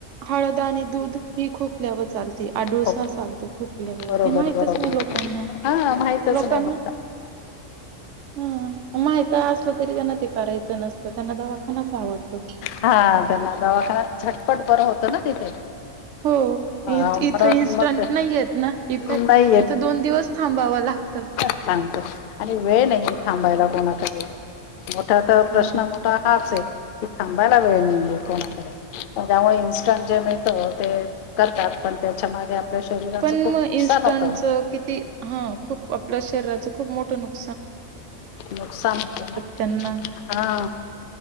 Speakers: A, on the right; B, on the left.
A: हळद आणि दूध ही खोकल्यावर चालते. आडूळसा
B: हो
A: चालतो खोकल्यावर.
B: बरोबर
A: हे माहितच
B: बरोबर
A: नाही लोकांना.
B: हा माहितच
A: लोकांना
B: नाही मग
A: हं, माहीत असलं तरी त्यांना ते करायचं नसतं. त्यांना दवाखानाच आवडतो.
B: हा त्यांना दवाखान्यात झटपट बर होतं ना तिथे.
A: हो
B: हा
A: इथं
B: म्हणून
A: इन्स्टंट
B: मग ते
A: नाही येत ना इफेक्ट.
B: नाही
A: इथं दोन दिवस थांबाव लागतं.
B: सांगतो आणि वेळ नाहीये थांबायला कोणाकडे मोठा तर
A: हा
B: प्रश्न मोठा हाच आहे की थांबायला वेळ नाहीये कोणाकडे त्यामुळे मिळतो ते करतात पण त्याच्या मागे शरीराचं
A: पण
B: खूप
A: मग
B: नुकसान
A: इनस्टनच
B: होतं
A: कि हा खूप आपल्या शरीराच खूप मोठं नुक
B: नुकसान हो ना
A: त्यांना.
B: हा